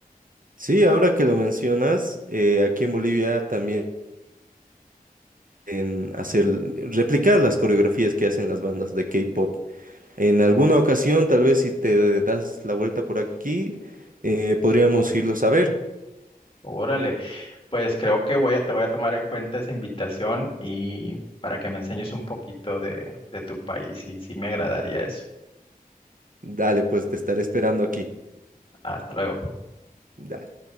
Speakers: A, on the right; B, on the left.
A: Sí, ahora que lo mencionas, eh, aquí en Bolivia también en hacer, replicar las coreografías que hacen las bandas de K-pop. En alguna ocasión, tal vez si te das la vuelta por aquí, eh, podríamos irlos a ver.
B: Órale. Pues creo que voy a, te voy a tomar en cuenta esa invitación y para que me enseñes un poquito de, de tu país y sí me agradaría eso.
A: Dale, pues te estaré esperando aquí.
B: Hasta luego.
A: Dale.